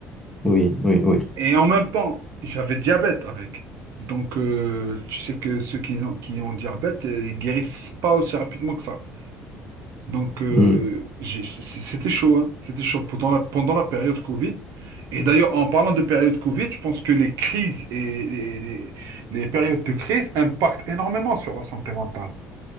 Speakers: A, in the centre; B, on the right.
A: Oui, oui, oui.
B: Et en même temps, j'avais diabète avec. Donc, euh, tu sais que ceux qui ont, qui ont diabète, euh, ils guérissent pas aussi rapidement que ça. Donc, euh,
A: Mm.
B: j'ai- c- c'était chaud, hein. C'était chaud pendant la, pendant la période Covid. Et d'ailleurs, en parlant de période Covid, je pense que les crises et les, les- les périodes de crise impactent énormément sur la santé mentale.